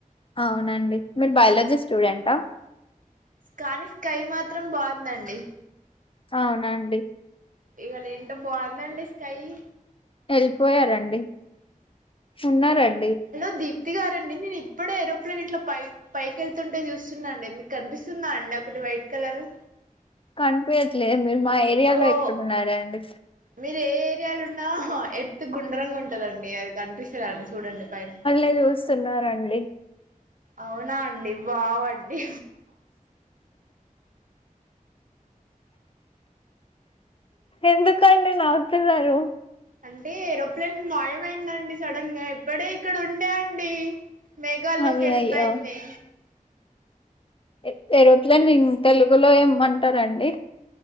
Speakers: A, on the left; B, on the right.
A: అవునండి మీరు బయాలజీ స్టూడెంటా
B: కానీ స్కై మాత్రం బొందండి
A: అవునాండి
B: ఇవాళ ఏంటో బావుందండి స్కైయి
A: ఎళ్ళిపోయారండి ఉన్నారన్
B: హలో దీప్తి గారండి నేను ఇప్పుడే ఏరోప్లేన్ ఇట్ల పై పైకి ఎళ్తుంటే చూస్తున్నా అండి మీకు కనిపిస్తుందా అండి ఒకటి వైట్ కలరు
A: కనిపయట్లే మీరు మా ఏరియాలో
B: అగో
A: ఎక్కడున్నారండి
B: మీరు ఏ ఏరియాలు ఉన్నా ఎర్త్ గుండ్రంగుంటదండి అది కనిపిస్తది అండి చూడండి పైన
A: ఇది చూస్తున్నారండి
B: అవునా అండి వావ్ అండి
A: ఎందుక్ కండి నవ్వుతునారు
B: అంటే ఏరోప్లేన్ మాయమైందండి సడన్ గా ఎప్పుడే ఇక్కడుండే అండి మేఘాల్లోకి
A: అయ్యయ్యో
B: ఎళ్ళిపోయింది
A: ఎ ఏరోప్లేన్ని తెలుగులో ఏమంటరండి